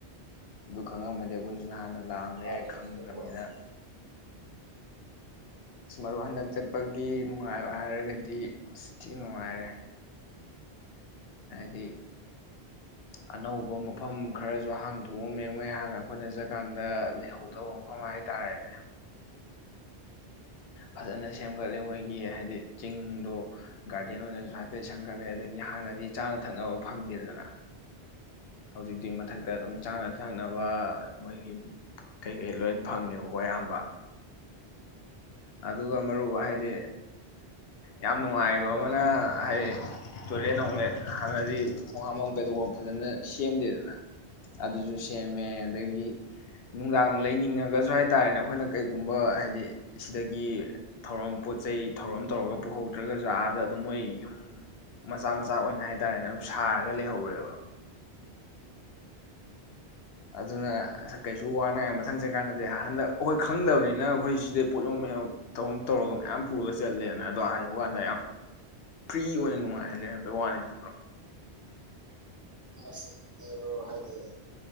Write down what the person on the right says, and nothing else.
ꯊꯥꯕ
ꯌꯧꯁꯤꯜꯂꯛꯄ
ꯑꯁ <unintelligible> ꯍꯥꯏꯗꯤ